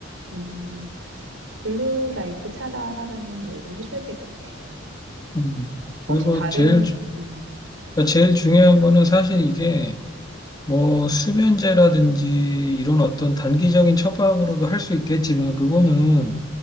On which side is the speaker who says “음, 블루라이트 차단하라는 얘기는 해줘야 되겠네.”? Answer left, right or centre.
Right